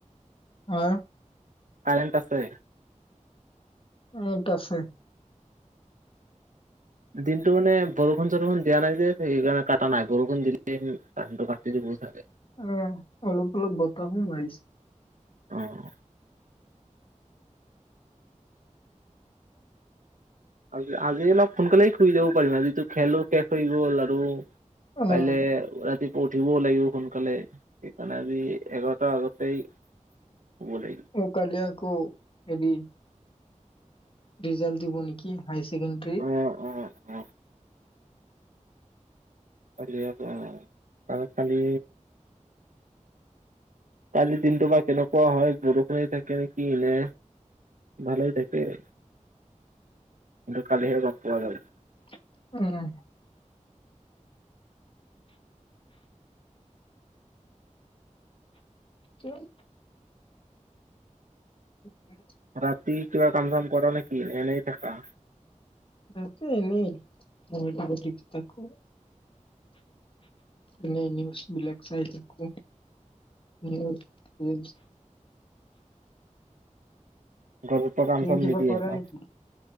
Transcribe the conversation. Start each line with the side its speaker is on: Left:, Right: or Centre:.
Left: আৰ
Right: কাৰেণ্ট আছে
Left: উহ আছে
Right: দিনটো মানে বৰষুণ চৰষুণ দিয়া নাই যে সেইকাৰণে কটা নাই বৰষুণ দিলে কাৰেণ্ট কাটি দি ছাৰে
Left: উম অলপ অলপ বতাহো মাৰিছে
Right: উহ আজি আজি অলপ সোনকালেই শুই যাব পাৰিম আজি টো খেলো শেষ হৈ গ'ল আৰু
Left: অ'
Right: কাইলৈ উৱাকিক উঠিবও লাগিব সোনকালে সেইকাৰণে আজি এঘাৰতাৰ আগতেই শুব লাগিব
Left: উ কালিয়া ক' এদি ৰিজাল্ট দিব নেকি হায়ছেকেণ্ডাৰী
Right: অ অ অ আলিয় প চালত পানী কালিৰ দিনটো বা কেনেকুৱা হয় বৰষুণেই থাকে নেকি এনে ভালেই থাকে কিন্তু কালিহে গম পোৱা যাব
Left: উহ চোন উহ এ
Right: এটা পি কিবা কাম চাম কৰানে কি এনেই থাকা
Left: আছো এনেই কমিটি বিটি থাকো এনেই নিউজ বিলাক চাই থাকো নিউজ নিউ
Right: গৰমেন্তৰ কামাচাম
Left: তুমি কিবা
Right: নিদিয়ে
Left: কৰা
Right: ন
Left: নেকি?